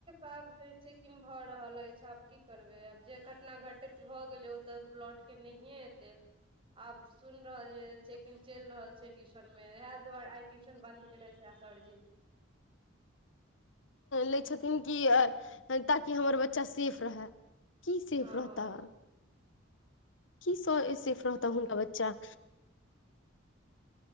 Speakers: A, on the right (about 25°); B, on the left (about 70°).
A: आ कहै छै कि भऽ रहल अछि आब की करबे आब जे घटना घटित भए गेले ओ तऽ बट के नहिए एतै आब सुन रहल ये चेकिंग चलि रहल छै ट्यूशन में इएह दुआरे आ ट्यूशन बंद केेलथि हे सरजी
B: लै छथिन कि ताकि हमर बच्चा सेफ रहै की सेफ
A: हँ
B: रहता की स सेफ रहता
A: ठीक
B: हुनका बच्चा